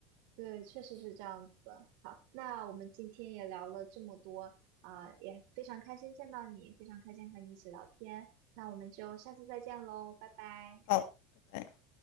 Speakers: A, on the right; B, on the left.
A: 对，确实是这样子的。好，那我们今天也聊了这么多啊，也非常开心见到你，非常开心和你一起聊天。那我们就下次再见喽，拜拜。
B: 好，拜拜。